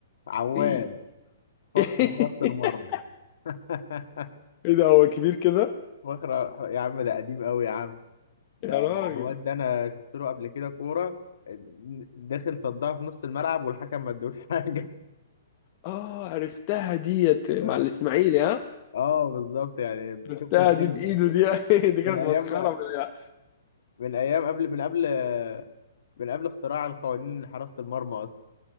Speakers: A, on the left (about 70°); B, on the left (about 35°).
A: عواد
B: ايه
A: فخر
B: <laughs>
A: خط المرمى <laughs>
B: ايه ده هو كبير كده
A: فخر يا عم ده قديم أوي يا عم ده
B: يا راجل
A: عواد ده أنا شفت له قبل كده كورة آه، داخل صدها في نص الملعب والحكم ما ادوش حاجة
B: اه عرفتها ديت مع
A: <laughs>
B: الاسماعيلي ها
A: اه بالظبط يعني
B: عرفتها
A: شوف من
B: دي
A: امتى
B: بايده دي <laughs> دي
A: من
B: كانت
A: ايام
B: مسخره من-
A: من ايام قبل من قبل من قبل اختراع القوانين حراسة المرمى اصلا